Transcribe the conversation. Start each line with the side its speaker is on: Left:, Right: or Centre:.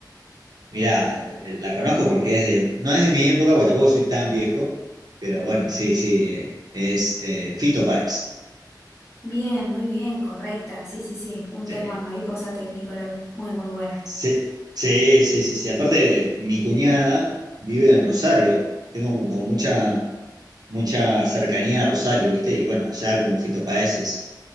Right: Mirá, eh, la conozco porque es de, no es de mi época, porque tampoco soy tan viejo, pero bueno, sí, sí, eh, es eh, Fito Páez.
Left: Bien, muy bien, correcta, sí, sí, sí, un
Right: Sí.
Left: temón, Mariposa Tecnicolor, muy, muy buena.
Right: Sí, sí, sí, sí, sí. Aparte, mi cuñada vive en Rosario. Tengo como como mucha, mucha cercanía a Rosario, ¿viste? Y bueno, allá como Fito Páez es